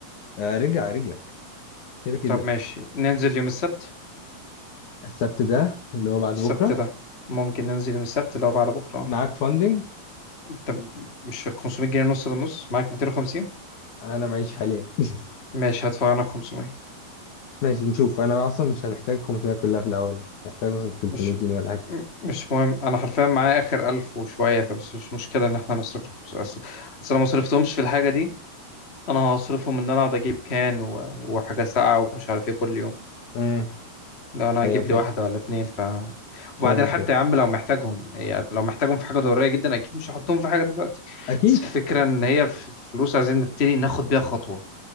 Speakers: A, on the left; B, on the left.
A: آه، رجع رجلك كده كده
B: طب ماشي ننزل يوم السبت
A: السبت ده اللي هو بعد
B: السبت
A: بكره
B: ده ممكن ننزل يوم السبت اللي هو بعد بكره
A: معاك فاندنج
B: طب مش 500 جنيه نص بالنص معاك 250
A: انا معيش حاليا <laughs>
B: ماشي هدفع انا 500
A: ماشي نشوف انا اصلا مش هنحتاج 500 كلها في الاول هنحتاج مثلا 300
B: مش
A: جنيه ولا حاجه
B: م- مش مهم انا حرفيا معايا اخر 1000 وشويه فبس مش مشكله ان احنا نصرف ال 500 اصل أصل انا ما صرفتهمش في الحاجه دي انا هصرفهم ان انا اقعد اجيب كان و... وحاجه ساقعه ومش عارف ايه كل يوم
A: امم
B: لو انا
A: ايوه
B: هجيب
A: فاهم
B: لي واحده ولا اتنين ف
A: فاهم
B: وبعدين حتى
A: فاهم
B: يا عم لو محتاجهم يعني لو محتاجهم في حاجه ضروريه جدا اكيد مش هحطهم في حاجه دلوقتي
A: اكيد
B: بس الفكره ان هي ف- فلوس عايزين نبتدي ناخد بيها خطوه